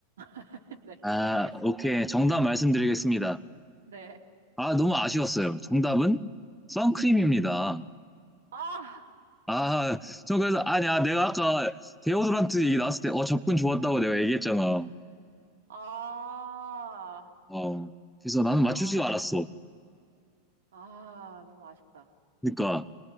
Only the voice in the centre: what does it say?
아, 오케이. 정답 말씀드리겠습니다.
아, 너무 아쉬웠어요. 정답은 선크림입니다.
아, 저 그래서, 아니, 아, 내가 아까 데오드란트 얘기 나왔을 때, 어, 접근 좋았다고 내가 얘기했잖아.
어, 그래서 나는 맞출
줄 알았어.
그러니까,